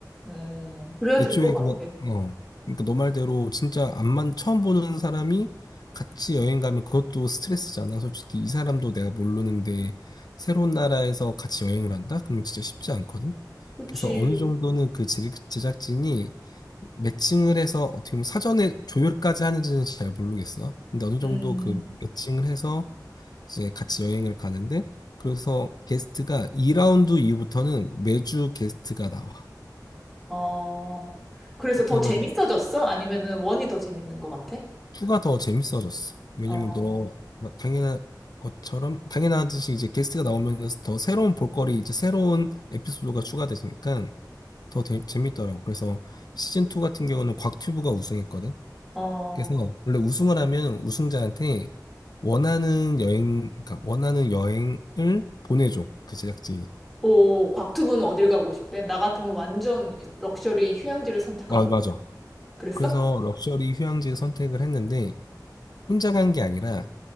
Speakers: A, in the centre; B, on the left.
A: 음, 그래야 될
B: 애초에
A: 것 같아.
B: 그냥 어 그러니까 너 말대로 진짜 안만 처음 보는 사람이 같이 여행 가면 그것도 스트레스잖아. 솔직히 이 사람도 내가 모르는데 새로운 나라에서 같이 여행을 한다? 그러면 진짜 쉽지 않거든.
A: 그치.
B: 그래서 어느 정도는 그 제- 제작진이 매칭을 해서 어떻게 보면 사전에 조율까지 하는지는 잘 모르겠어. 근데 어느 정도
A: 음,
B: 그 매칭을 해서 이제 같이 여행을 가는데 그래서 게스트가 2라운드 이후부터는 매주 게스트가 나와.
A: 어. 그래서 더
B: 그래가지고
A: 재밌어졌어? 아니면은 원이 더 재밌는 것 같아?
B: 2가 더 재밌어졌어. 왜냐면
A: 어,
B: 너뭐 당연한 것처럼 당연하듯이 이제 게스트가 나오면서 더 새로운 볼거리 이제 새로운 에피소드가 추가되니까 더 재- 재밌더라고. 그래서 시즌 2 같은 경우는 곽튜브가 우승했거든.
A: 어.
B: 그래서 원래 우승을 하면 우승자한테 원하는 여행 그러니까 원하는 여행을 보내줘. 그 제작진이.
A: 오, 곽투부는 어딜 가고 싶대? 나 같으면 완전 럭셔리 휴양지를 선택할
B: 아,
A: 것
B: 맞아.
A: 같아. 그랬어?
B: 그래서 럭셔리 휴양지 선택을 했는데 혼자 간 게 아니라